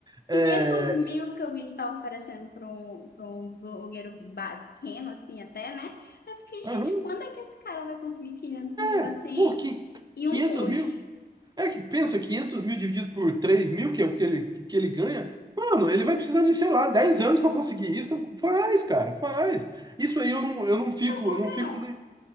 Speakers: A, on the right; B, on the left.
A: É,
B: Quinhentos mil que eu vi que tava oferecendo para um, para um blogueiro ba- pequeno, assim, até, né? Eu fiquei, gente,
A: aham,
B: quando é que esse cara vai conseguir 500 mil
A: é,
B: assim
A: pô, qui-
B: e
A: 500
B: um post?
A: mil? É, que pensa, 500 mil dividido por 3 mil, que é o que ele, que ele ganha. Mano, ele vai precisar de, sei lá, 10 anos para conseguir isso. Então faz, cara, faz. Isso aí eu não, eu não fico,
B: Não sou contra,
A: eu não fico
B: não.
A: nem.